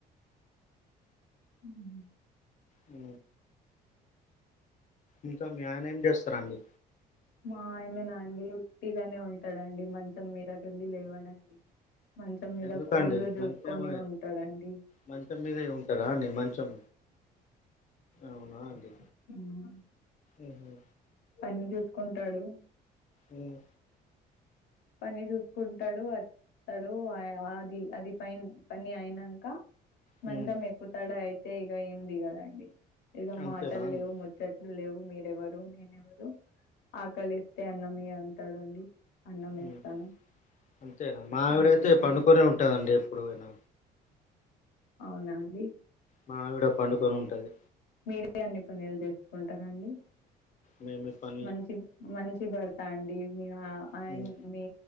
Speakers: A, on the left; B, on the left.
A: హ్
B: అ ఇంకా మీ ఆయన ఏం చేస్తరండి?
A: మా ఆయననా అండి ఉట్టిగనే ఉంటడండి మంచం మీదకెళ్ళి లేవడండి. మంచం మీద
B: ఎందుకండి
A: ఫోన్లు చూస్కొని
B: మంచం
A: ఉంటడండి.
B: మంచం మీదే ఉంటారా అండి మంచం అవునా అండి.
A: మ్
B: ఆహా
A: పన్ జూస్కుంటాడు.
B: ఉమ్
A: పని చూసుకుంటడు అస్ స్తడు ఆ య అది అది ప పని అయినంక మంచం
B: హ్మ్
A: ఎక్కుతడయితే ఇగ ఏం దిగడండి ఇక
B: అంతేనా
A: మాటలు
B: అండి
A: లేవు ముచ్చట్లే లేవు మీరెవరో నేనెవరో ఆకలేస్తే అన్నం ఇయ్యి అంటడండి అన్నం
B: ఉమ్
A: ఇస్తాను
B: అంతేన మావిడయితే
A: అంతేనండి
B: పండుకునే ఉంటందండి ఎప్పుడుఅయిన
A: అవున అండి
B: మావిడ పండుకొని ఉంటది
A: మీరే అన్ని పనులు చేసుకుంటనండి
B: మేమి పను
A: మంచిది మంచి భర్త అండి మీ ఆయన
B: హ్మ్
A: మీ